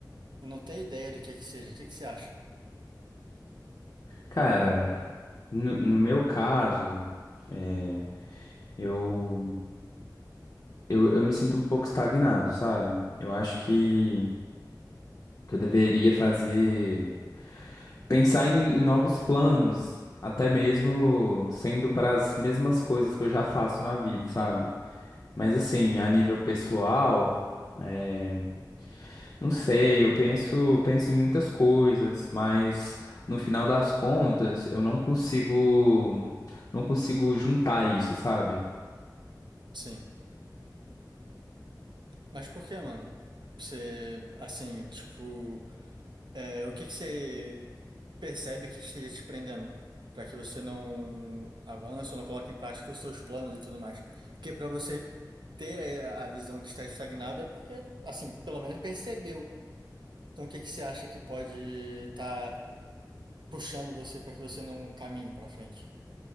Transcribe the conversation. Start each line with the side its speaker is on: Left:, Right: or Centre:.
Right: Eu não tenho ideia do que que seja. O que que você acha?
Left: Cara, no, no meu caso, é, eu, eu, eu me sinto um pouco estagnado, sabe? Eu acho que, que eu deveria fazer. Pensar em, em novos planos, até mesmo sendo para as mesmas coisas que eu já faço na vida, sabe? Mas assim, a nível pessoal, é, não sei, eu penso, penso em muitas coisas, mas no final das contas, eu não consigo, não consigo juntar isso, sabe?
Right: Sim. Mas por que, mano? Você, assim, tipo. É, o que que você percebe que esteja te prendendo para que você não avance ou não coloque em prática os seus planos e tudo mais? Porque para você ter é, a visão que está estagnado é porque, assim, pelo menos percebeu. Então, o que que você acha que pode estar puxando você para que você não caminhe para frente?